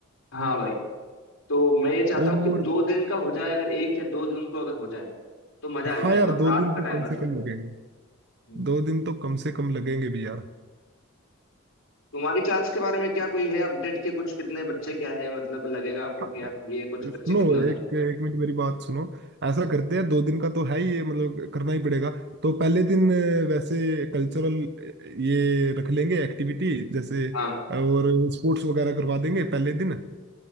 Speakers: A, on the left; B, on the right.
A: हाँ भाई तो मैं ये चाहता
B: और
A: हूँ कि दो दिन का हो जाए अगर एक या दो जून को अगर हो जाए तो मजा
B: हाँ
A: आ जाएगा
B: यार
A: और
B: दो
A: रात
B: दिन
A: का
B: तो
A: टाइम
B: कम
A: रख
B: से
A: लेते
B: कम लगेंगे
A: हैं। हम्म।
B: दो दिन तो कम से कम लगेंगे भी यार
A: तुम्हारी क्लास के बारे में क्या कोई है अपडेट कि कुछ कितने बच्चे क्या है मतलब लगेगा आपको
B: हाँ।
A: कि यार ये कुछ
B: सुनो
A: बच्चे कितने हो जाएंगे
B: एक एक मिनट मेरी बात सुनो ऐसा करते हैं दो दिन का तो है ही ये मतलब करना ही पड़ेगा तो पहले दिन अ, वैसे कल्चरल ये रख लेंगे एक्टिविटी जैसे
A: हाँ
B: अ, और स्पोर्ट्स वगैरह करवा देंगे पहले दिन